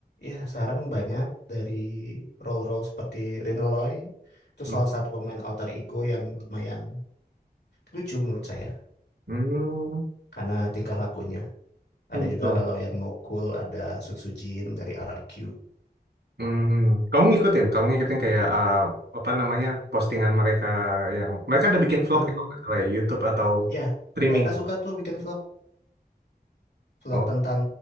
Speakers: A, on the left; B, on the right.
A: ya sekarang banyak dari role-role seperti Renoloy itu
B: Hmm,
A: salah satu pemain alter ego yang lumayan lucu menurut saya
B: hmm,
A: karena tingkah lakunya. Ada
B: oh gitu.
A: juga kalau yang mau cool ada Sutsujin dari RRQ.
B: Hmm, kamu ngikutin, kamu ngikutin kayak uh, apa namanya postingan mereka yang mereka ada bikin vlog
A: Hmm,
B: ya, kalau nggak salah ya, YouTube atau
A: ya,
B: streaming.
A: mereka suka tuh bikin vlog, vlog
B: Oh,
A: tentang